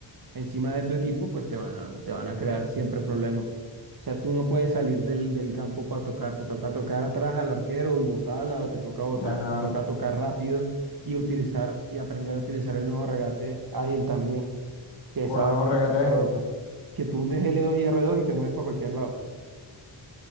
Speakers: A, on the right; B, on the left.
A: encima de tu equipo, pues te van a, te van a crear siempre problemas. O sea, tú no puedes salir del, del campo para tocar, te toca tocar atrás al arquero y botarla, o te toca botar,
B: Ajá.
A: te toca tocar rápido y utilizar y aprender a utilizar el nuevo regate ágil también, que
B: ¿Cuál
A: esa vaina
B: no regataje?
A: también está rota. Que tú hundes L2 y R2 y te mueves para cualquier lado.